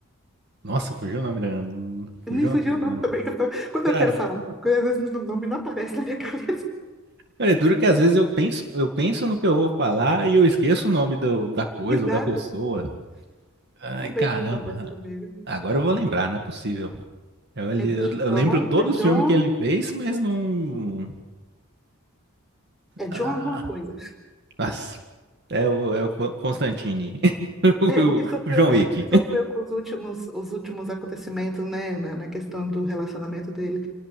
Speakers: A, on the right; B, in the centre.
A: Nossa, fugiu o nome dele.
B: E
A: Fugiu
B: Me
A: o
B: fugiu
A: nome dele,
B: o nome
A: né?
B: também, que eu tô- quando
A: Cara,
B: eu quero falar, alguma coisa, às vezes o nome não aparece na minha <laughs> cabeça.
A: é duro que às vezes eu penso, eu penso no que eu vou falar e eu esqueço o nome do, da coisa
B: Exato,
A: ou da pessoa. Ai,
B: o mesmo
A: caramba.
B: acontece comigo.
A: Agora eu vou lembrar, não é possível. Eu, ele-
B: É
A: eu- eu
B: John,
A: lembro todo
B: é John,
A: o filme que ele fez, mas não.
B: é John
A: Ah,
B: alguma coisa.
A: Nossa, é o, é o Con- Constantine. <laughs>
B: É,
A: O,
B: o que sofreu,
A: o John Wick.
B: que sofreu
A: <laughs>
B: com os últimos, os últimos acontecimentos, né, na na questão do relacionamento dele.